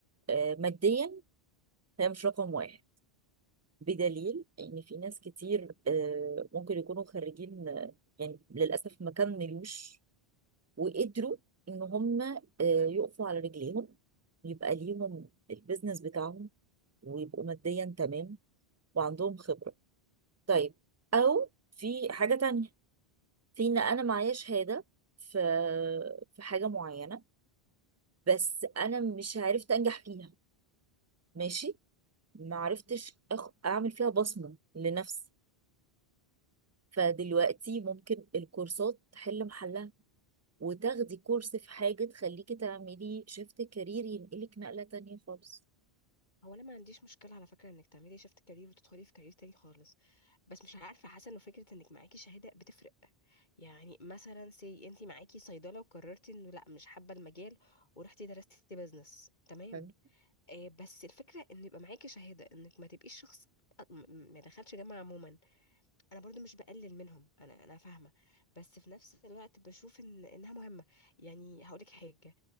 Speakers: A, on the right; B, on the left.
A: آه ماديا هي مش رقم واحد بدليل ان في ناس كتير آه ممكن يكونوا خريجين آه، يعني للأسف ما كملوش وقدروا ان هم آه يقفوا على رجليهم يبقى ليهم البيزنس بتاعهم ويبقوا ماديا تمام وعندهم خبرة طيب أو في حاجة تانية في إن أنا معايا شهادة في في حاجة معينة بس أنا مش عرفت أنجح فيها ماشي ما عرفتش أخ... أعمل فيها بصمة لنفسي فدلوقتي ممكن الكورسات تحل محلها وتاخدي كورس في حاجة تخليكي تعملي شيفت كارير ينقلك نقلة تانية خالص
B: هو انا ما عنديش مشكله على فكره انك تعملي شيفت كارير وتدخلي في كارير تاني خالص بس مش عارفه حاسه انه فكره انك معاكي شهاده بتفرق يعني مثلا سي انت معاكي صيدله وقررتي انه لا مش حابه المجال ورحتي درستي بزنس تمام
A: حلو
B: آه بس الفكره ان يبقى معاكي شهاده انك ما تبقيش شخص أ- م- م- ما دخلش جامعه عموما انا برضو مش بقلل منهم انا انا فاهمه بس في نفس الوقت بشوف ان انها مهمه يعني هقولك حاجه